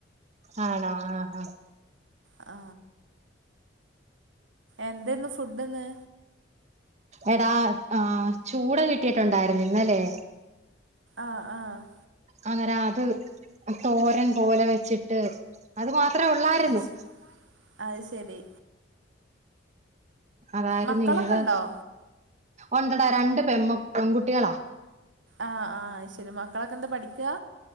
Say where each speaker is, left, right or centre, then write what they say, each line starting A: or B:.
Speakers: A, on the right; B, on the right.
A: ആണോ ആ അ
B: ആ എന്തന്ന് ഫുഡ് ന്ത ന്ന്
A: എടാ ആ ചൂട് കിട്ടിയിട്ടുണ്ടായിരുന്നു ന്നല്ലേ
B: ആ ആ
A: ആ ന്നേരം അത് തോരൻ പോലെ വെച്ചിട്ട് അത് മാത്രേ ഉള്ളായിരുന്നു
B: അത് ശരി അത് ശരി
A: അതായിരുന്നു
B: മക്കളൊക്കെണ്ടോ
A: ഇന്നത് ഒണ്ടട രണ്ട് പെമ പെൺകുട്ട്യാളാ
B: ആഹ ആ ശരി മക്കളൊക്കെ ന്താ പഠിക്ക